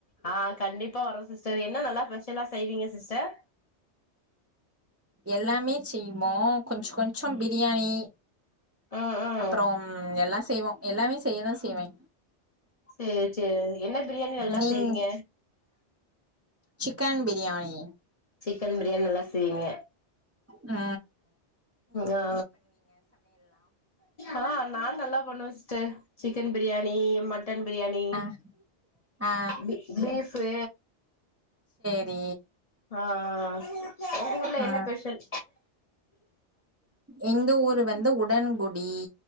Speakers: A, on the left; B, on the right.
A: ஆ கண்டிப்பா வரோ சிஸ்டர் என்ன நல்லா பெஷலா செய்வீங்க சிஸ்டர்
B: எல்லாமே செய்வோ கொஞ்ச கொஞ்சம் பிரியாணி
A: ம் ம்
B: அப்பறம் எல்லா செய்வோ எல்லாமே செய்யதா செய்வே
A: சேர் சேர் என்ன பிரியாணி நல்லா
B: நீங்
A: செய்வீங்க
B: சிக்கன் பிரியாணி
A: சிக்கன் பிரியாணி நல்லா செய்ங்க
B: ஆ
A: ஆ ஆ நா நல்லா பண்ணுவ sister chicken biryani mutton biryani
B: ஆ ஆ
A: பீ பீஃபு
B: நீ
A: ஆ ஆ ஆ உங்க ஊர்ல
B: ஆ
A: என்ன பெஷல்
B: எங்க ஊரு வந்து உடன்குடி